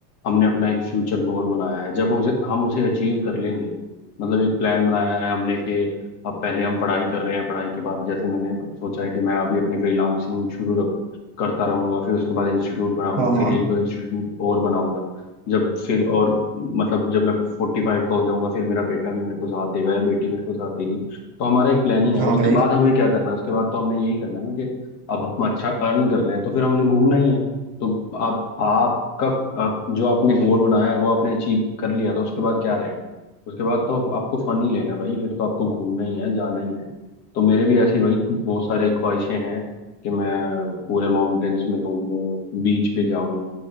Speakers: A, on the left; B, on the right.
A: हमने अपना एक फ्यूचर गोल बनाया है जब उसे हम उसे अचीव कर लेंगे मतलब एक प्लान बनाया है हमने कि अब पहले हम पढ़ाई कर रहे हैं पढ़ाई के बाद जैसे मैंने सोचा है कि मैं अभी अपनी फ्रीलांसिंग शुरू रख, करता रहूंगा फिर उसके बाद इंस्टीट्यूट बनाऊंगा
B: हाँ हाँ
A: फिर एक दो इंस्टीट्यूट और बनाऊंगा जब फिर और मतलब जब मैं फोर्टी फाइव का हो जाऊंगा फिर मेरा बेटा भी मेरे को साथ देगा या बेटी मेरे को साथ देगी तो हमारा एक प्लानिंग है
B: हाँ
A: उसके
B: भाई
A: बाद हमें क्या करना है उसके बाद तो हमने यही करना है ना अब हम अच्छा अर्न कर रहे हैं तो फिर हमने घूमना ही है तो आप आपका आप, जो आपने गोल बनाया है वो आपने अचीव कर लिया तो उसके बाद क्या रहेगा उसके बाद तो आपको फन ही लेना है भाई फिर तो आपको घूमना ही है जाना ही है तो मेरे भी ऐसी भाई बहुत सारे ख्वाहिशें हैं कि मैं पूरे माउंटेन्स में घूमूं बीच पे जाऊं